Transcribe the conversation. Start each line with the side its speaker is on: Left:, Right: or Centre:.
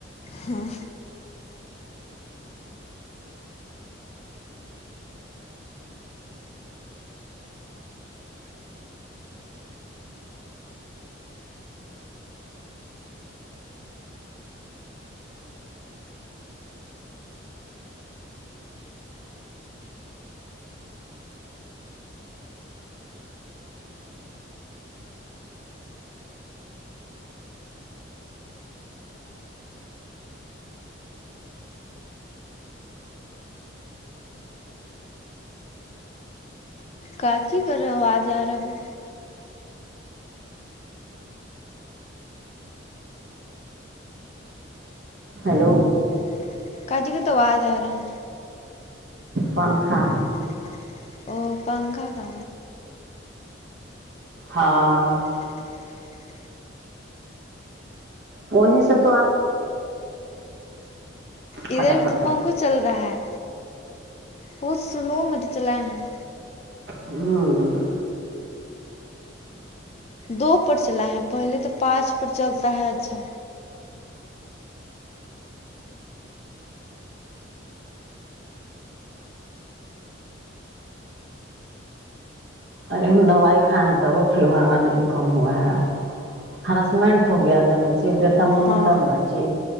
Left: ہاں کچی کر رہے ہو آواز آ رہا ابھی
Right: ہلو
Left: ہلو کچی کا تو آواز آ رہا ہے
Right: پنکھا
Left: پنکھا او پنکھا تھا
Right: ہاں
Left: ہاں
Right: انھیں سب
Left: ادر
Right: پھٹا
Left: بھی
Right: پھٹا
Left: تو پنکھا چل رہا ہے بہت سلو میں تو چلا ہیں
Right: ہوں
Left: دو پر چلا ہے پہلے تو پانچ پر چلتا ہے اچھا
Right: ارے ہم دوائی کھائیں تو وہ فیور وا نہیں کم ہوا ہے ہراسمنٹ ہو گیا تا نہیں چی دیتا منوں
Left: ہاں
Right: تب ناچی